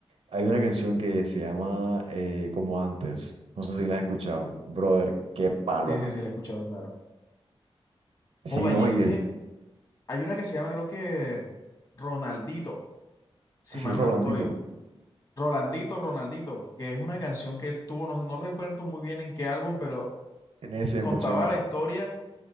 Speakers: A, on the right; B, on the left.
A: Hay una canción que se llama eh, Como antes, no sé si la has escuchado. Brother, qué palo,
B: Sí,
A: marica.
B: sí, sí, la he escuchado, claro.
A: Sí,
B: Joda,
A: no,
B: y es
A: y
B: que
A: es
B: hay una que se llama, creo que Ronaldito, si
A: así,
B: mal
A: Rolandito,
B: no estoy. Rolandito, Ronaldito, que es una canción que él tuvo, no, sé- no recuerdo muy bien en qué álbum, pero
A: en ese,
B: contaba
A: en por siempre.
B: la historia,